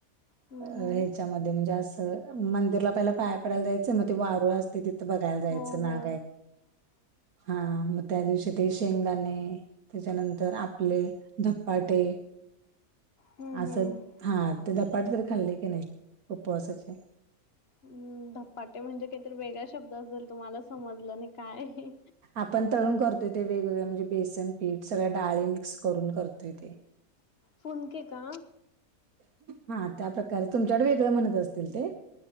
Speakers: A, on the left; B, on the right.
A: हम्म हम्म
B: अ ह्याच्यामध्ये म्हणजे असं मंदिरला पहिलं पाया पडायला जायचं मग ते वारूळ असते तिथ बघायला जायच
A: हो हो
B: नागय हा मग त्या दिवशी ते शेंगदाणे त्याच्यानंतर आपले धप्पाटे....
A: हम्म
B: असं
A: हम्म.
B: हा ते धपाट तरी खाल्ले की नाही उपवासाचे
A: हम्म धपाटे म्हणजे काहीतरी वेगळा शब्द असेल तुम्हाला समजलं नाही काय?
B: आपण तळून करतोय ते वेगवेगळ्या म्हणजे बेसन पीठ सगळ्या डाळे मिक्स करून करतोय ते.
A: फुन केे का
B: हा त्या प्रकार तुमच्याकडे वेगळं म्हणत असतील ते